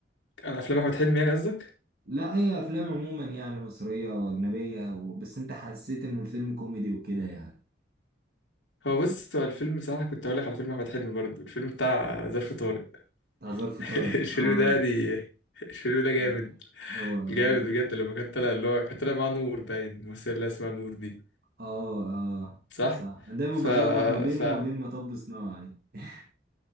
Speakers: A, on the left; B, on the right.
A: على افلام احمد حلمي يعني قصدك
B: لا أي أفلام عموما يعني مصرية أو أجنبية و... بس أنت حسيت إنه الفيلم كوميدي وكده يعني
A: هو بص هو الفيلم بصراحه كنت هقول لك على فيلم احمد حلمي برضه الفيلم بتاع ظرف طارق
B: هزار فطارك
A: <laughs> الفيلم
B: آه
A: ده دي الفيلم ده جامد
B: آه. هو عادي
A: جامد بجد لما كان طالع اللي هو كان طالع مع نور باين الممثله اللي اسمها نور دي
B: آه آه
A: صح
B: صح دايما
A: ف
B: بتلخبط ما بينه
A: ف
B: وما بين مطب صناعي <laughs>